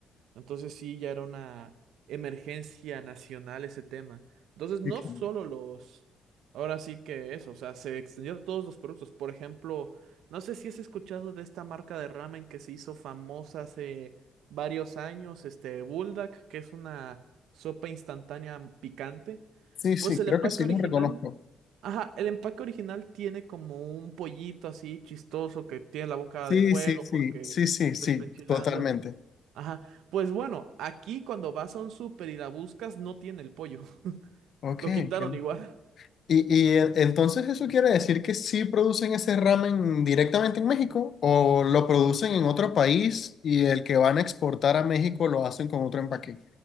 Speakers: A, on the right; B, on the left.
A: Entonces sí, ya era una emergencia nacional ese tema. Entonces no
B: Sí, claro.
A: solo los, ahora sí que eso, o sea, se extendió a todos los productos. Por ejemplo, no sé si has escuchado de esta marca de ramen que se hizo famosa hace varios años, este Buldak, que es una sopa instantánea picante.
B: sí, sí,
A: Pues el
B: creo
A: empaque
B: que sí
A: original,
B: los reconozco.
A: ajá, el empaque original tiene como un pollito así chistoso que tiene la boca
B: Sí,
A: de fuego
B: sí, sí,
A: porque
B: sí, sí, sí,
A: te está enchilando.
B: totalmente.
A: Ajá. Pues bueno, aquí cuando vas a un súper y la buscas, no tiene el pollo. <laughs>
B: Ok.
A: Lo quitaron
B: que-
A: igual.
B: Y, y e- entonces eso quiere decir que sí producen ese ramen directamente en México o lo producen en otro país y el que van a exportar a México lo hacen con otro empaque.